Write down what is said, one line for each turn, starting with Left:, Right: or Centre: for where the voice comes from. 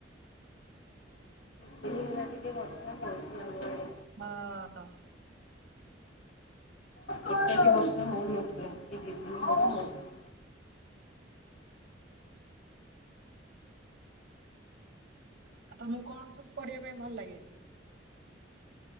Left: ଦି ଦିନ ହେଲା ଟିକେ ବର୍ଷା ହଉଛି ଆମଆଡେ।
Right: ହଁ।
Left: ଟୋଟାଲି ବର୍ଷା ହଉନଥିଲା ଏଇ ଦି ଦିନି ହବ ହଉଛି।
Right: ଆଉ ତମକୁ କଣ ସବୁ କରିବା ପାଇଁ ଭଲ ଲାଗେ?